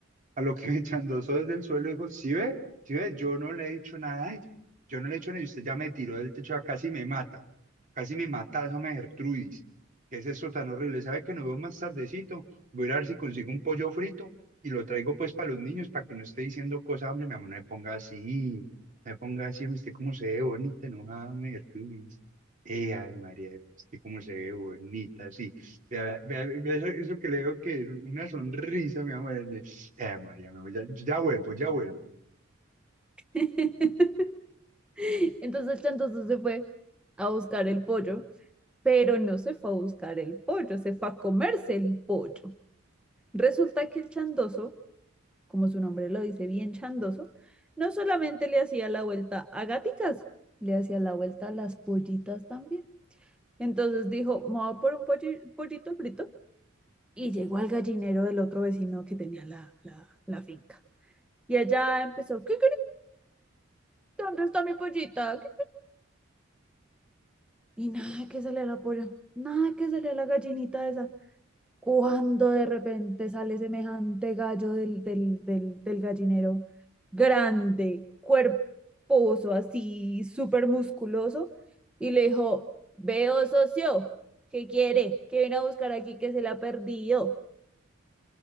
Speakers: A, on the right; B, in the centre.
A: A lo que <laughs> Chandoso desde el suelo dijo, sí ve, sí ve, yo no le he dicho nada a ella, yo no le he hecho nada y usted ya me tiró del techo, casi me mata, casi me mata, esa me Gertrudis, ¿qué es esto tan horrible? ¿Sabe que nos vemos más tardecito? Voy a ir a ver si consigo un pollo frito y lo traigo pues para los niños, para que no esté diciendo cosas, hombre, mi amor, no me ponga así, no me ponga así, hombre, usted cómo se ve bonita, enojada, hombre, Gertrudis. Eh, ay, María, usted cómo se ve bonita, sí. Vea, vea, vea eso, eso que le digo que es una sonrisa, mi amor. Eh, María, me voy, ya, ya vuelvo, ya vuelvo.
B: <laughs> Entonces el chandoso se fue a buscar el pollo, pero no se fue a buscar el pollo, se fue a comerse el pollo. Resulta que el chandoso, como su nombre lo dice, bien chandoso, no solamente le hacía la vuelta a gaticas, le hacía la vuelta a las pollitas también. Entonces dijo, me voy por un polli- pollito frito y llegó al gallinero del otro vecino que tenía la, la, la finca. Y allá empezó, ¿qué ¿Dónde está mi pollita? ¿Qué- Y nada que sale la polla, nada que sale la gallinita esa. cuando de repente sale semejante gallo del, del, del, del gallinero, grande, cuerposo, así, súper musculoso, y le dijo, veo socio, ¿qué quiere? ¿Qué viene a buscar aquí que se le ha perdido.